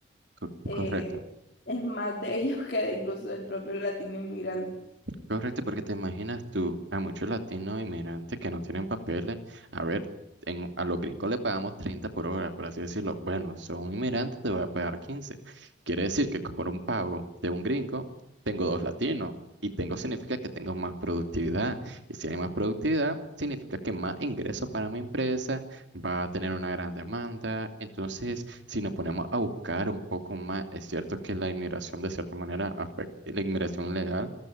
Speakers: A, on the right; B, on the left.
A: co-
B: Eh,
A: correcto.
B: es más de ellos <laughs> que de incluso del propio latino inmigrante.
A: Correcto, porque te imaginas tú a muchos latinos inmigrantes que no tienen papeles. A ver, en, a los gringos le pagamos 30 por hora, por así decirlo. Bueno, son inmigrantes, te voy a pagar 15. Quiere decir que por un pago de un gringo, tengo dos latinos. Y tengo significa que tengo más productividad. Y si hay más productividad, significa que más ingresos para mi empresa va a tener una gran demanda. Entonces, si nos ponemos a buscar un poco más, es cierto que la inmigración de cierta manera afecta, la inmigración legal